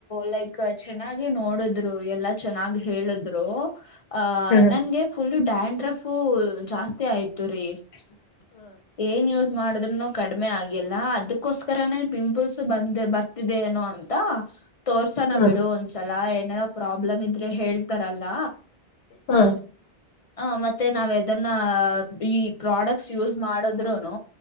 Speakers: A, on the left; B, on the left.
A: ಲೈಕ್ ಕ್ ಚೆನ್ನಾಗಿ ನೋಡಿದ್ರು ಎಲ್ಲಾ ಚೆನ್ನಾಗಿ ಹೇಳಿದ್ರು ಆಹ್
B: ಹ
A: ನಂಗೆ ಫುಲ್ಲು ಡ್ಯಾಂಡ್ರಫು ಜಾಸ್ತಿ ಆಯ್ತು ರೀ.
B: <inaudible>
A: ಏನ್ ಯೂಸ್ ಮಾಡಿದ್ರುನು ಕಡಿಮೆ ಆಗಿಲ್ಲ ಅದಕ್ಕೋಸ್ಕರನೇ ಪಿಂಪಲ್ಸ್ ಬಂದ ಬರ್ ತಿದೆ ಏನೋ ಅಂತ ತೋರ್ಸೋಣ
B: ಹ
A: ಬಿಡು ಒಂದ್ಸಲ ಏನಾರ ಪ್ರಾಬ್ಲಮ್ ಇದ್ರೆ ಹೇಳ್ ತರಲ್ಲ
B: ಹ
A: ಹ ಮತ್ತೆ ನಾವ್ ಎದನ್ನ ಈ ಪ್ರಾಡಕ್ಟ್ಸ್ ಯೂಸ್ ಮಾಡಿದ್ರುನು